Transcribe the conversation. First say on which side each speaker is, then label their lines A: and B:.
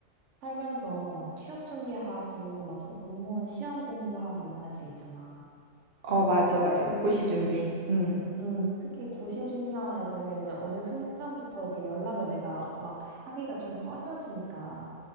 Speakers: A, on the right; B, on the right.
A: 살면서 막 취업 준비하고, 막 공무원 시험 공부하고 이런 애들 있잖아.
B: 어, 맞아, 맞아.
A: 그,
B: 고시 준비. 응.
A: 음, 특히 고시 준비하는 애들은 이제 어느 순간부터 이렇게 연락을 내가 막 하기가 좀 꺼려지니까,